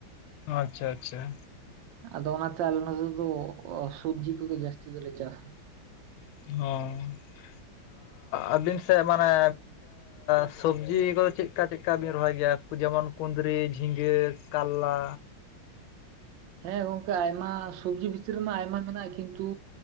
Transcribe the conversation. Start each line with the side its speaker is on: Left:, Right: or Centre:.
Left: ᱟᱪᱪᱷᱟ ᱟᱪᱪᱷᱟ।
Right: ᱟᱫᱚ ᱚᱱᱟᱛᱮ ᱟᱞᱮ ᱱᱚᱛᱮ ᱫᱚ ᱥᱚᱵᱽᱡᱤ ᱠᱚᱜᱮ ᱡᱟᱹᱥᱛᱤ ᱫᱚᱞᱮ ᱪᱟᱥᱟ।
Left: <unintelligible> ᱟᱹᱵᱤᱱ ᱥᱮᱫ ᱢᱟᱱᱮ <inaudible> ᱥᱚᱵᱽᱡᱤ ᱠᱚᱫᱚ ᱪᱮᱫᱠᱟ ᱪᱮᱫᱠᱟ ᱵᱤᱱ ᱨᱚᱦᱚᱭ ᱜᱮᱭᱟ। ᱡᱮᱢᱚᱱ ᱠᱩᱸᱫᱽᱨᱤ ᱡᱷᱤᱸᱜᱟᱹ ᱠᱟᱨᱞᱟ।
Right: ᱦᱮᱸ ᱜᱚᱢᱠᱮ ᱟᱭᱢᱟ ᱥᱚᱵᱽᱡᱤ ᱵᱷᱤᱛᱨᱤ ᱨᱮᱢᱟ ᱟᱭᱢᱟ ᱢᱮᱱᱟᱜᱼᱟ ᱠᱤᱱᱛᱩ।